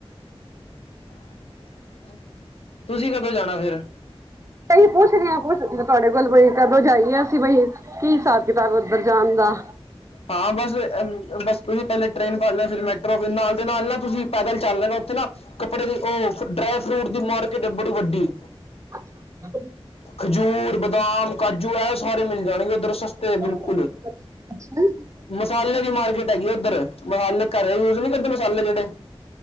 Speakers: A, on the left; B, on the right.
A: <inaudible> ਤੁਸੀਂ ਕਦੋ ਜਾਣਾ ਫਿਰ?
B: ਐ ਹੀ ਪੁੱਛਦੇ ਹਾ ਪੁੱਛ ਮੈਂ ਤੁਹਾਡੇ ਕੋਲ ਬਈ ਕਦੋਂ ਜਾਈ ਆ ਅਸੀਂ ਬਈ ਕੀ ਹਿਸਾਬ ਕਿਤਾਬ ਉੱਧਰ ਜਾਣ ਦਾ?
A: ਹਾਂ ਬਸ, ਬਸ ਤੁਸੀਂ ਪਹਿਲੇ ਟ੍ਰੇਨ ਫੜ ਲੈ ਫਿਰ ਮੈਟਰੋ ਫਿਰ ਨਾਲ ਦੇ ਨਾਲ ਨਾ ਤੁਸੀਂ ਪੈਦਲ ਚੱਲ ਲੈਣਾ ਉੱਥੇ ਨਾ ਕੱਪੜੇ ਦੀ, ਉਹ ਡਰਾਈ ਫਰੂਟ ਦੀ ਮਾਰਕੀਟ ਏ ਬੜੀ ਵੱਡੀ
B: ਅੱਛਾ
A: ਖਜੂਰ, ਬਦਾਮ, ਕਾਜੂ ਇਹ ਸਾਰੇ ਮਿਲ ਜਾਣਗੇ ਉੱਧਰ ਸਸਤੇ
B: <unintelligible>
A: ਬਿਲਕੁਲ ਮਸਾਲੇ ਦੀ ਮਾਰਕੀਟ ਹੈਗੀ ਆ ਉੱਧਰ, ਮਸਾਲੇ ਘਰ ਯੂਜ ਨਹੀ ਕਰਦੇ ਮਸਾਲੇ ਜਿਹੜੇ